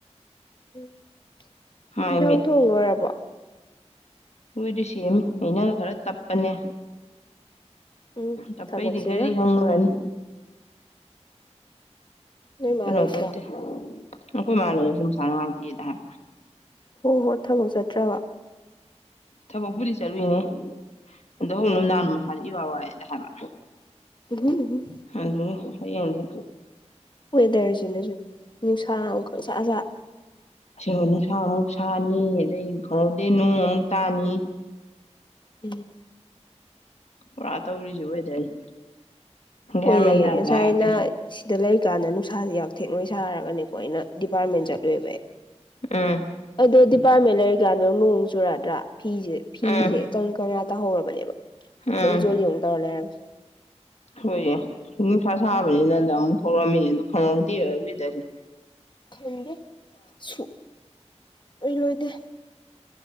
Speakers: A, on the left; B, on the left.
A: ꯎꯝ
B: ꯃꯥꯏ
A: ꯌꯦꯟꯁꯥꯡ ꯊꯣꯡ ꯂꯣꯏꯔꯕꯣ
B: ꯂꯣꯏꯗ꯭ꯔꯤ ꯁꯦꯝꯃꯤ ꯑꯩꯅ ꯈꯔ ꯇꯞꯄꯅꯦ
A: ꯎꯝ
B: ꯇꯄꯩꯗꯤ
A: ꯊꯕꯛꯁꯤꯒ
B: ꯀꯔꯤ ꯍꯪꯉꯨꯔꯅꯤ
A: ꯅꯣꯏ ꯃꯥ
B: ꯀꯩꯅꯣ
A: ꯂꯩꯇ꯭ꯔꯣ
B: ꯇꯧꯗꯦ ꯑꯩꯈꯣꯏ ꯃꯥ ꯅꯁꯨ ꯃꯁꯥ ꯅꯨꯡꯉꯥꯏꯇꯦ ꯍꯥꯏ
A: ꯍꯣ ꯍꯣꯏ ꯊꯕꯛ ꯆꯠꯇ꯭ꯔꯕ
B: ꯊꯕꯛ ꯄꯨꯗꯤ ꯆꯠꯂꯨꯏꯅꯦ ꯑꯗꯣ ꯅꯨꯡꯗꯥꯡꯗ ꯃꯁꯥꯁꯦ ꯏꯋꯥ ꯋꯥꯏ ꯅ ꯍꯥꯏꯕ
A: ꯎꯝ
B: ꯍꯣ ꯍꯥꯌꯦꯡꯗꯤ
A: ꯋꯦꯗꯔꯁꯤꯅꯁꯨ ꯅꯨꯡꯁꯥꯥꯡ ꯑꯃꯈꯛ ꯁꯠꯁꯠ
B: ꯑꯕ ꯅꯨꯡꯁꯥ ꯑꯃꯨꯛ ꯁꯥꯅꯤ ꯑꯗꯩ ꯈꯪꯍꯧꯗꯦ ꯅꯣꯡ ꯑꯃꯨꯛ ꯇꯥꯅꯤ
A: ꯎꯝ
B: ꯄꯨꯔꯥ ꯇꯧꯔꯤꯁꯦ ꯋꯦꯗꯔꯁꯦ ꯒ꯭ꯌꯥꯟ
A: ꯍꯣꯏꯌꯦ
B: ꯃꯦꯟ ꯇꯥꯕ
A: ꯉꯁꯥꯏꯅ
B: ꯖꯥꯠ ꯅꯠꯇꯦ
A: ꯁꯤꯗ ꯂꯩꯔꯤꯀꯥꯟꯗ ꯅꯨꯡꯁꯥꯥꯁꯦ ꯌꯥꯝ ꯊꯦꯛ ꯅꯣꯏ ꯁꯥꯔꯒꯅꯦ ꯑꯩꯅ ꯗꯤꯄꯥꯔꯃꯦꯟꯠ ꯆꯠꯂꯨꯏꯌꯦꯕ
B: ꯎꯝ
A: ꯑꯩ ꯄꯥꯝꯃꯦ ꯂꯩꯔꯤꯀꯥꯟꯗ ꯅꯣꯡ ꯆꯨꯔꯛꯗ꯭ꯔꯥ ꯐꯤꯁꯦ ꯐꯤꯁꯦ
B: ꯎꯝ
A: ꯀꯪ ꯀꯪꯅꯥ ꯇꯥꯍꯧꯔꯕ ꯕꯅꯦꯕ
B: ꯎꯝ
A: ꯆꯣꯠꯂꯤ ꯆꯣꯠꯂꯤ ꯑꯃꯨꯛ ꯇꯧꯔ ꯂꯩꯔꯝꯃꯦ
B: ꯍꯣꯏꯌꯦ ꯅꯨꯡꯁꯥ ꯁꯥꯕꯅꯤꯅꯗ ꯑꯃꯨꯛ ꯊꯣꯛꯔꯛꯝꯃꯤꯅꯦ ꯑꯗꯣ ꯈꯔꯗꯤ ꯋꯔꯁꯦ
A: ꯈꯪꯗꯦ ꯁꯨ ꯂꯣꯏ ꯂꯣꯏꯗꯦ